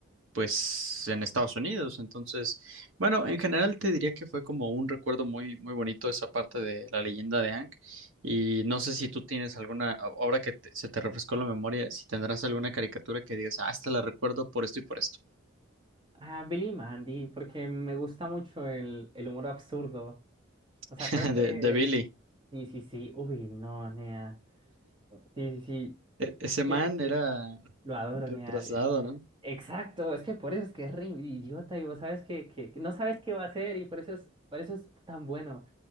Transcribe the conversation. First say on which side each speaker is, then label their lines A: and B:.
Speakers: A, on the right (about 70°); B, on the right (about 25°).
A: pues en Estados Unidos. Entonces, bueno, en general te diría que fue como un recuerdo muy, muy bonito esa parte de la leyenda de Hank. Y no sé si tú tienes alguna, a- ahora que te- se te refrescó la memoria, si tendrás alguna caricatura que digas, ah, esta la recuerdo por esto y por esto.
B: Ah, Billy y Mandy, porque me gusta mucho el, el humor absurdo. O sea,
A: <laughs>
B: creo que...
A: De, de Billy.
B: Sí, sí, sí. Uy, no, Nea. Sí, sí, sí.
A: E- ese man
B: Que-
A: era
B: que- Lo adoro,
A: retrasado,
B: Nea. Eh,
A: ¿no?
B: Exacto, es que por eso es que es re idiota y vos sabes que, que que no sabes qué va a hacer y por eso es, por eso es tan bueno.